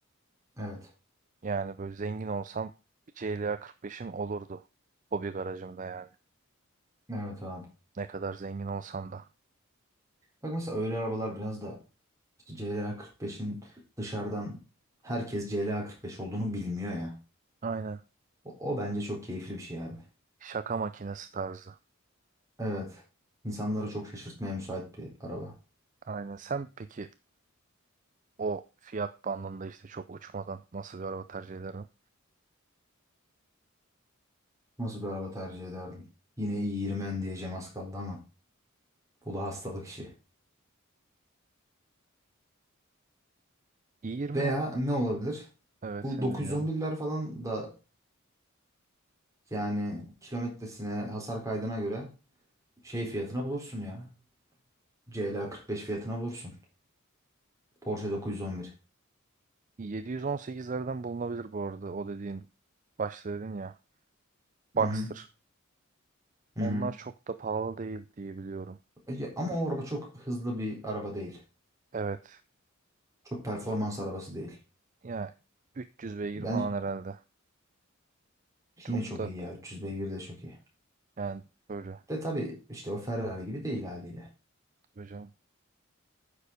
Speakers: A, on the right (about 15°); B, on the right (about 35°).
A: Evet.
B: Yani böyle zengin olsam bir CLA 45'im olurdu. Hobi garajımda yani.
A: Evet abi.
B: Ne kadar zengin olsam da.
A: Bak mesela öyle arabalar biraz da işte CLA 45'in dışarıdan herkes CLA 45 olduğunu bilmiyor ya.
B: Aynen.
A: O, o bence çok keyifli bir şey abi.
B: Şaka makinesi tarzı.
A: Evet. İnsanları çok şaşırtmaya müsait bir araba.
B: Aynen. Sen peki o fiyat bandında işte çok uçmadan nasıl bir araba tercih ederdin?
A: Nasıl bir araba tercih ederdim? Yine i diyeceğim az kaldı ama bu da hastalık işi.
B: i20
A: Veya ne olabilir?
B: evet
A: Bu
B: seni
A: 911'ler
B: dinliyorum.
A: falan da yani kilometresine hasar kaydına göre şey fiyatına bulursun ya. CLA 45 fiyatına bulursun. Porsche 911.
B: 718'lerden bulunabilir bu arada o dediğin başta dedin ya Boxster.
A: Hı hı. Hı
B: Onlar
A: hı.
B: çok da pahalı değil diye biliyorum.
A: Ya Ama o araba çok hızlı bir araba değil.
B: Evet.
A: Çok performans arabası değil.
B: Yani 300 beygir
A: Bence
B: falan herhalde. Çok
A: yine çok
B: da
A: iyi ya. 300 beygir de çok iyi.
B: yani böyle.
A: De tabii işte o Ferrari gibi değil haliyle.
B: Tabii canım.